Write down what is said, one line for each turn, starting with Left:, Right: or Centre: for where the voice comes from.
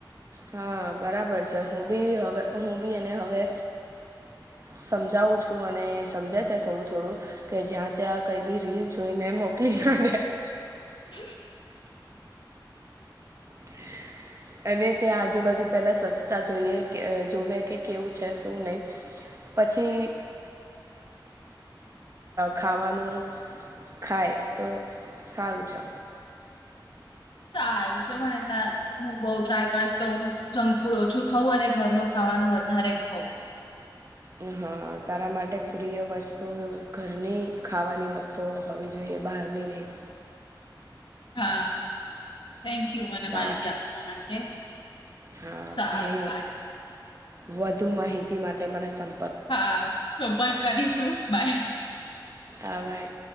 Right: હા બરાબર છે હું બી હવે હું બી એને હવે. સમજાવું છું અને સમજે છે થોડું થોડું. કે જ્યાં ત્યાં કઈ બી રીલ જોઈને મોકલી ને.
Left: હમ.
Right: <inaudible> અને ત્યાં આજુબાજુ પહેલાં સ્વચ્છતા જોઈએ કે જોવેએ કે કેવું છે શું નહીં. પછી. ખાવાનું ખાય તો સારું છે.
Left: સારુ છે મ નેતા. હું બઉ ટ્રાય કરીશ કે હું જંક ફૂડ ઓછું ખઉં અને ઘરનું ખાવાનું વધારે ખઉં.
Right: હા તારા માટે પ્રિય વસ્તુ ઘરની ખાવાની વસ તો હવે જોઈએ બહારની નહીં.
Left: હા થેન્કયુ મને
Right: સાર
Left: માહિતી આપવા માટે.
Right: હા
Left: સારું
Right: ઘણી
Left: બાય
Right: વધુ માહિતી માટે મને સમ
Left: હા સંપર્ક કરીશું બાય.
Right: હા વાઈ.